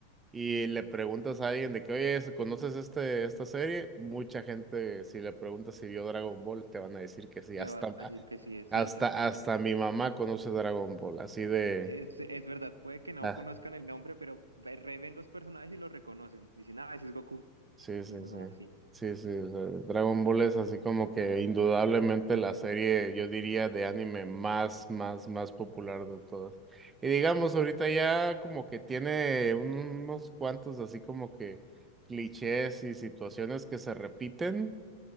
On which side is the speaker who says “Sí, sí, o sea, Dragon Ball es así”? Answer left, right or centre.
Right